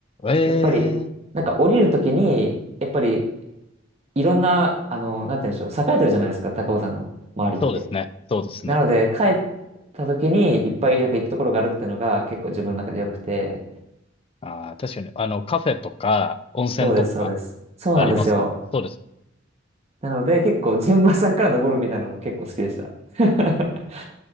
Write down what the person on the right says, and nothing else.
やっぱり、なんか降りるときに、やっぱり、いろんな、あの、なんて言うんでしょう、栄えてるじゃないですか、高尾山の周りって。
なので、帰った時にいっぱいなんか行くところがあるっていうのが結構自分の中で良くて。
そうです、そうです。そうなんですよ。
なので、結構、陣馬さんから登るみたいなのも結構好きでした。<laughs>